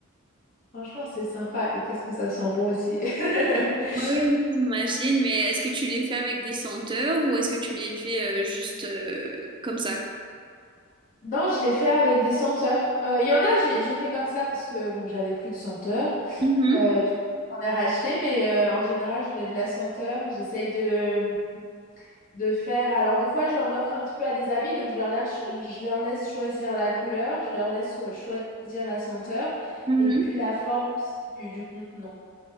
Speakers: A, on the left; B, on the right.
A: Franchement, c'est sympa. Et qu'est-ce que ça sent bon aussi. <laughs>
B: Ouais, oui, j'imagine, mais est-ce que tu les fais avec des senteurs ou est-ce que tu les fais euh, juste euh, comme ça?
A: Non, je l'ai fait avec des senteurs. Euh, Il y en a, j'ai j'ai fait comme ça parce que bon, j'avais plus de senteur.
B: Mhm,
A: Euh, du coup, j'en ai racheté, mais euh, en général, je mets de la senteur. J'essaye de, de faire. Alors, des fois, j'en offre un petit peu à des amis, donc je leur laisse, je leur laisse choisir la couleur, je leur laisse euh, choisir la senteur
B: mhm.
A: et puis la forme aussi du, du contenant.